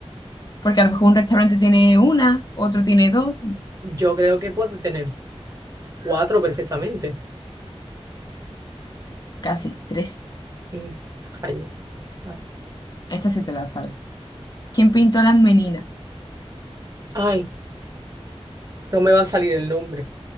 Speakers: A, on the left; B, on the right.
A: Porque a lo mejor un restaurante tiene una, otro tiene dos,
B: Yo creo que puede tener cuatro perfectamente.
A: casi tres.
B: Mm, fallé. Vale.
A: Esta sí te la sabes. ¿Quién pintó las meninas?
B: Ay, no me va a salir el nombre.